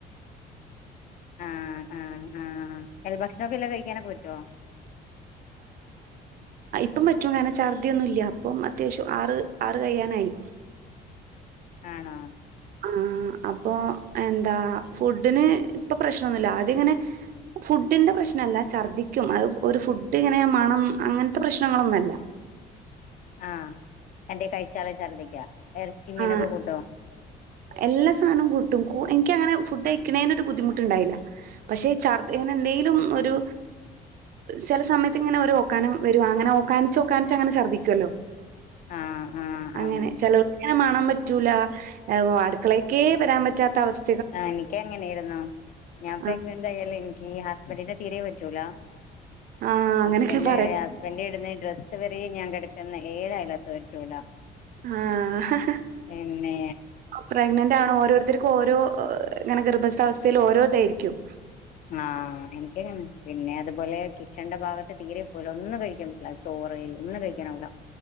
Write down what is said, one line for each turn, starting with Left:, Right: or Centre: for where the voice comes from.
Left: ആഹ് ആഹ് ആഹ് ഇല്ല ഭക്ഷണൊക്കെ എല്ലാം കഴിക്കാനൊക്കെ പറ്റോ
Right: പ്പം പറ്റും കാരണം ഛർദിയൊന്നുംല്ല അപ്പം അത്യാവശ്യം ആറ് ആറ് കഴ്യാനായി
Left: ആണോ
Right: ആ.. അപ്പൊ എന്താ ഫുഡിന് ഇപ്പൊ പ്രശ്നമൊന്നുമില്ല അതിങ്ങനെ ഫുഡിന്റെ പ്രശ്നല്ല ഛർദിക്കും അത് ഒരു ഫുഡ് ഇങ്ങനെ മണം അങ്ങനത്തെ പ്രശ്നങ്ങളൊന്നുംല്ല.
Left: ആ എന്തെ കഴിച്ചാല് ഛർദ്ദിക്കാ ഇറച്ചി മീനൊക്കെ
Right: ആ
Left: കൂട്ടോ
Right: എല്ലാ സാധനം കൂട്ടുംപോൾ എനിക്ക് അങ്ങനെ ഫുഡ് കയി ക്കണേന് ഒരു ബുദ്ധിമുട്ടുണ്ടായില്ല പക്ഷെ ഇ ഛർദി ഇങ്ങനെ എന്തെങ്കിലും ഒരു ചില സമയത്ത് ഇങ്ങനെ ഒരു ഓക്കാനം വരുവാ അങ്ങനെ ഓക്കാനിച്ച് ഓക്കാനിച്ച് അങ്ങനെ ഛർദ്ദിക്കുവല്ലോ
Left: ആഹ് ആഹ്
Right: അങ്ങനെ
Left: ആഹ്
Right: ചെലോർക്കിങ്ങനെ മണൊ പറ്റൂല്ല അടുക്കളക്കെ വരാൻ പറ്റാത്ത അവസ്
Left: ആ എനിക്ക് അങ്ങനെയായിരുന്നു ഞാൻ പ്രെഗ്നന്റ്
Right: ആ
Left: ആയാലെ ഇൻക്ക് ഗ്യാ വെളിയിലെ തീരെ വച്ചുലാ
Right: ആ അങ്ങനെയൊക്കെ
Left: ഹസ്ബൻഡ്..
Right: പറയും
Left: ഹസ്ബൻഡ് ഇടുന്ന.. <unintelligible> ഞാൻ കിടക്കുന്ന ഏഴായാലത്ത് പറ്റൂല
Right: ആഹ്
Left: പിന്നെ
Right: പ്രെഗ്നന്റ് ആണോ ഓരോരുത്തൊരും ഓരോ ഇങ്ങനെ ഗർഭസ്ഥ അവസ്ഥയിൽ ഓരോതായിരിക്കും
Left: ആഹ്.. എനിക്ക് അങ്ങനെ.. പിന്നെ അതുപോലെ കിച്ചൺന്റെ ഭാഗത്ത് തീരെ പോവൂല ഒന്നും കഴിക്കാൻ പറ്റില്ല ചോറ് ഒന്നും കഴിക്കാനാവുല